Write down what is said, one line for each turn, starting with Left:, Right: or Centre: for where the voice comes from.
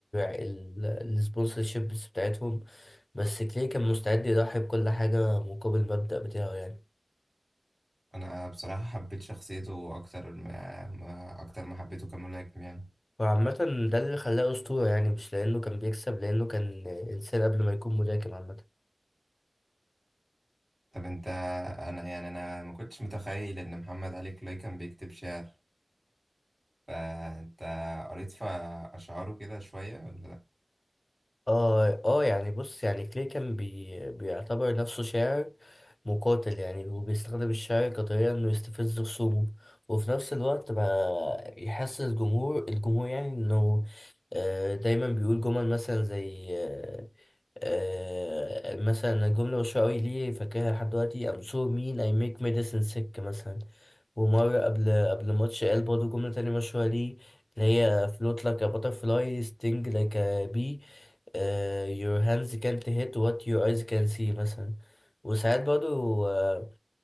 Left: السبونسرشيبس بتاعتهم بس كلي كان مستعد يضحي بكل حاجه مقابل المبدأ بتاعه يعني
Right: انا بصراحة حبيت شخصيته اكتر ما, ما اكتر ما حبيته كملاكم يعني
Left: وعامة ده اللي خلاه أسطورة يعني مش لأنه كان بيكسب لأنه كان إنسان قبل ما يكون ملاكم عامة
Right: طب انت انا يعني انا ما كنتش متخيل ان محمد علي كلاي كان بيكتب شعر فانت قريت في اشعاره كده شوية ولا لأ؟
Left: اه اه يعني بص يعني كلي كان بي بيعتبر نفسه شاعر مقاتل يعني وبيستخدم الشعر كطريقة انه يستفز خصومه وفي نفس الوقت ما يحسس الجمهور الجمهور يعني انه آه، دايما بيقول جمل مثلا زي آه، آه، مثلا الجملة والشعر ليه فاكرها لحد دلوقتي I'm so mean I make medicine sick مثلا ومرة قبل قبل ماتش قال برضه جملة تانية مشهورة ليه اللي هي float like a butterfly sting like a bee آه your hands can't hit what your eyes can see مثلا وساعات برضو آه